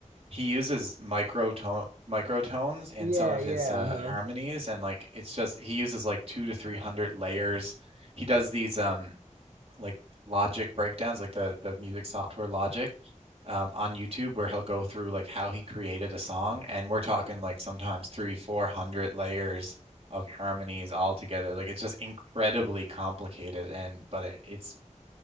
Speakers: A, on the right (about 50°); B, on the right (about 80°).
A: he uses microtone microtones in
B: Yeah,
A: some of
B: yeah,
A: his uh,
B: huh?
A: harmonies, and like it's just he uses like two to three hundred layers. He does these um like Logic breakdowns, like the the music software Logic, um, on YouTube where he'll go through like how he created a song, and we're talking like sometimes three, four hundred layers of harmonies all together. Like it's just incredibly complicated, and but it, it's